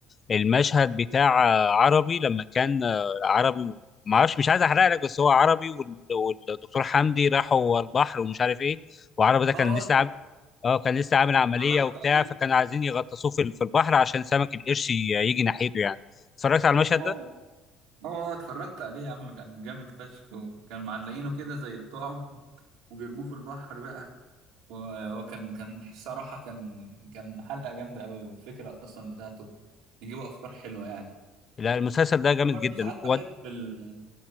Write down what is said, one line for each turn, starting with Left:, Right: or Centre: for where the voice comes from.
Left: المشهد بتاع آه، عربي لما كان آه، عربي ما اعرفش مش عايز احرق لك بس هو عربي وال- والدكتور حمدي راحوا البحر ومش عارف ايه وعربي ده كان
Right: اه
Left: لسه عامل اه كان لسه عامل
Right: اتفرجت
Left: عمليه وبتاع
Right: عليه
Left: فكانوا عايزين يغطسوه في ال- في البحر عشان سمك القرش ي- يجي ناحيته يعني اتفرجت على المشهد
Right: اه
Left: ده
Right: اه اتفرجت عليه يا عم كان جامد فشخ وكان معلقينه كده زي الطعم وبيرموه في البحر بقى و- وكان كان صراحة كان كان حلقة جامدة قوي والفكرة أصلا بتاعته بيجيبوا أفكار حلوة يعني
Left: لا المسلسل ده جامد
Right: أنا برضه
Left: جدا
Right: ساعات
Left: و...
Right: بحب ال-